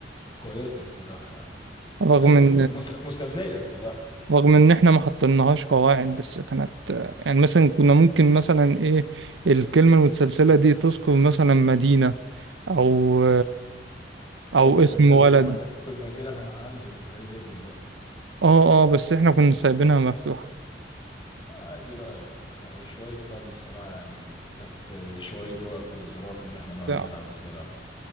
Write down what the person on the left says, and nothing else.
كويسة الصراحة يعني
حلوة
مس... مسلية الصراحة
اه ده احنا
كده
كنا هن... كنا كده هنعلي في الهاي ليفل بقى
عادي بقى ه- شوية فن الصراحة يعني كانت شوية وقت ظراف ان احنا نقعد
نلعب الصراحة